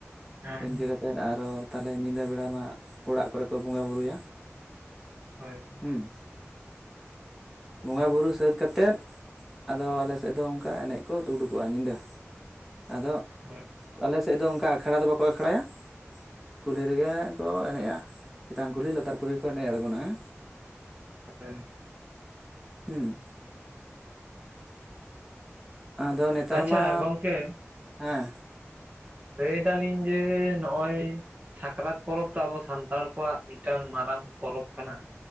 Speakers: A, on the right (about 30°); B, in the centre.
A: ᱦᱮᱸ
B: ᱤᱱᱠᱟᱹ ᱠᱟᱛᱮ ᱮᱱᱛᱮᱫ ᱟᱨᱚ ᱛᱟᱦᱚᱞᱮ ᱧᱤᱫᱟᱹ ᱵᱮᱲᱟ ᱢᱟ ᱚᱲᱟᱜ ᱠᱚᱨᱮ ᱠᱚ ᱵᱚᱸᱜᱟ ᱵᱳᱩᱨᱩᱭᱟ᱾
A: ᱦᱚᱭ
B: ᱦᱩᱸ ᱵᱚᱸᱜᱟ ᱵᱩᱨᱩ ᱥᱟᱹᱛ ᱠᱟᱛᱮᱫ ᱟᱫᱚ ᱟᱞᱮᱥᱮᱫ ᱫᱚ ᱚᱱᱠᱟ ᱮᱱᱮᱡ ᱠᱚ ᱩᱰᱩᱠᱚᱜᱼᱟ ᱧᱤᱫᱟᱹ᱾ ᱟᱫᱚ
A: ᱦᱳᱭ᱾
B: ᱟᱞᱮ ᱥᱮᱫ ᱫᱚ ᱚᱱᱠᱟ ᱟᱠᱷᱲᱟ ᱫᱚ ᱵᱟᱠᱚ ᱟᱠᱷᱲᱟᱭᱟ ᱠᱩᱞᱦᱤ ᱨᱮᱜᱮ ᱠᱚ ᱮᱱᱮᱡᱼᱟ ᱪᱮᱛᱟᱱ ᱠᱩᱞᱦᱤ ᱞᱟᱛᱟᱨ ᱠᱩᱞᱦᱤ ᱠᱚ ᱮᱱᱮᱡ ᱟᱲᱜᱚᱱᱟᱸ ᱦᱮᱸ᱾
A: ᱦᱳᱭ
B: ᱦᱩᱸ ᱟᱫᱚ ᱱᱮᱛᱟᱨ
A: ᱟᱪᱪᱷᱟ
B: ᱢᱟ
A: ᱜᱚᱝᱠᱮ
B: ᱦᱮᱸ
A: ᱞᱟᱹᱭ ᱫᱟᱞᱤᱧ ᱡᱮ ᱱᱚᱜᱼᱚᱭ ᱥᱟᱠᱨᱟᱛ ᱯᱚᱨᱚᱵᱽ ᱫᱚ ᱟᱵᱚ ᱥᱟᱱᱛᱟᱲ ᱠᱚᱣᱟᱜ ᱢᱤᱫᱴᱟᱝ ᱢᱟᱨᱟᱝ ᱯᱚᱨᱚᱵᱽ ᱠᱟᱱᱟ᱾